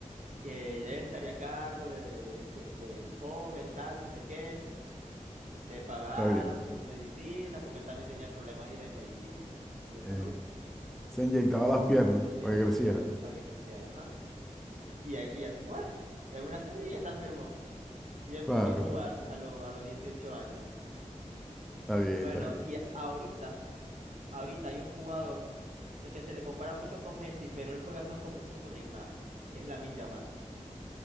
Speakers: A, on the right; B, in the centre.
A: que él se haría cargo de, de- de este, del joven, tal, no sé qué, de pagar
B: Está bien.
A: sus medicinas, porque él también tenía problemas ahí de medicina, de salud.
B: eh, se inyectaba las piernas
A: Sí,
B: para
A: se
B: que
A: inyectaba
B: creciera.
A: para que creciera, ajá. Y, ahí- y así fue. En una servilleta firmó y empezó
B: Claro,
A: a jugar
B: claro.
A: a, lo- a los 18 años.
B: Está bien,
A: Bueno,
B: está bien.
A: y ahorita. Ahorita hay un jugador, sé que se le compara mucho con Messi, pero él juega más como tipo Neymar, que es Lamine Yamal,